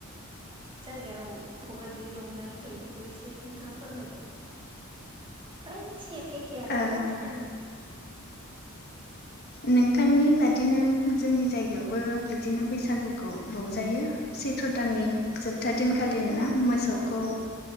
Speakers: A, on the right; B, on the left.
A: जायगायाव माबायदि रंजानाय जायो बेखौ एसे नोंथांङा फोरमायदो। <unintelligible> एखेयानोखा
B: ओम
A: जानांगौ
B: नोंथांनि बादिनो जोंनि जायगायावबो बिदिनो बैसागुखौ रंजायो। सैथ्र'दाननि जोबथा दिनखालिन ना मोसौखौ